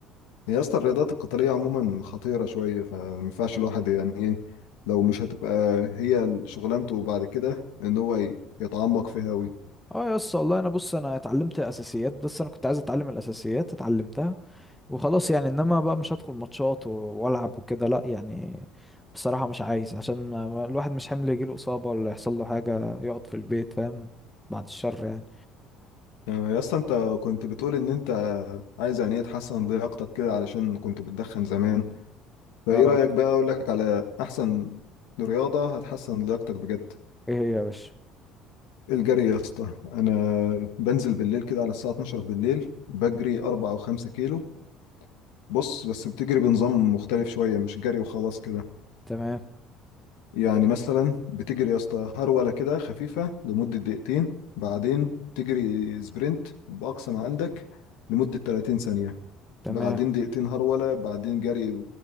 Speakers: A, on the left; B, in the centre.
A: يا اسطى الرياضات القتاليه عموما خطيره شويه فما ينفعش الواحد يعني ايه لو مش هتبقى هي شغلانته بعد كده ان هو ي- يتعمق فيها قوي
B: اه يس والله انا بص انا اتعلمت اساسيات بس انا كنت عايز اتعلم الاساسيات اتعلمتها وخلاص يعني انما بقى مش هدخل ماتشات و- والعب وكده لا يعني بصراحة مش عايز عشان ما- ما- الواحد مش حمل يجيله إصابة ولا يحصل له حاجة يقعد في البيت فاهم بعد الشر يعني
A: آه، يا اسطى انت كنت بتقول ان انت عايز يعني ايه تحسن لياقتك كده علشان كنت بتدخن زمان فايه
B: اه
A: رأيك بقى اقول لك على احسن رياضة هتحسن لياقتك بجد
B: ايه هي يا باشا
A: الجري يا اسطى انا بنزل بالليل كده على الساعة 12 بالليل بجري 4 او 5 كيلو بص بس بتجري بنظام مختلف شوية مش جري وخلاص كده
B: تمام
A: يعني مثلا بتجري يا اسطى هرولة كده خفيفة لمدة دقيقتين بعدين تجري سبرنت بأقصى ما عندك لمدة 30 ثانية
B: تمام
A: بعدين دقيقتين هرولة بعدين جري